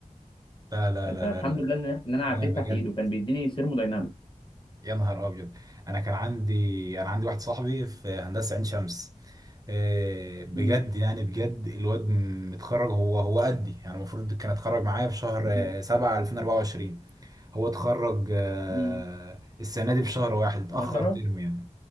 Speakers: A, on the right (about 25°); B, on the left (about 35°).
A: لا لا لا
B: فالحمد
A: لا لا لا
B: لله ان إن انا عديت
A: لا بجد
B: تحت ايده كان بيديني ثيرموداينامك
A: يا نهار ابيض انا كان عندي انا عندي واحد صاحبي في هندسه عين شمس آه، بجد
B: مم.
A: يعني بجد الواد متخرج هو هو قدي يعني المفروض كان اتخرج معايا في شهر
B: مم.
A: آه، 7 2024 هو اتخرج آه،
B: مم.
A: السنه دي بشهر واحد اتاخر
B: 10
A: ترم يعني